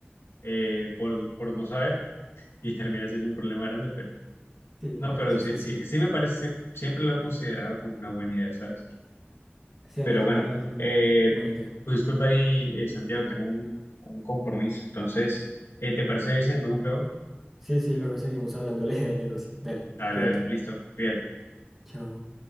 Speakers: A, on the left; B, in the centre.
A: eh, por, por no saber y termina siendo un problema grande, pero
B: Sí,
A: No, pero
B: eso
A: sí,
B: es así.
A: sí, sí me parece, sí, siempre lo he considerado como una buena idea, ¿sabes?
B: Sí,
A: Pero
B: a mí eso
A: bueno,
B: se me hace una
A: eh,
B: buena idea.
A: tu disculpa ahí, eh, Santiago, tengo un, un compromiso, entonces, eh, ¿te parece si nos vemos luego?
B: Sí, sí, luego seguimos hablando de la idea de negocio. Dale,
A: Dale,
B: cuídate.
A: dale, listo, cuídate.
B: Chao.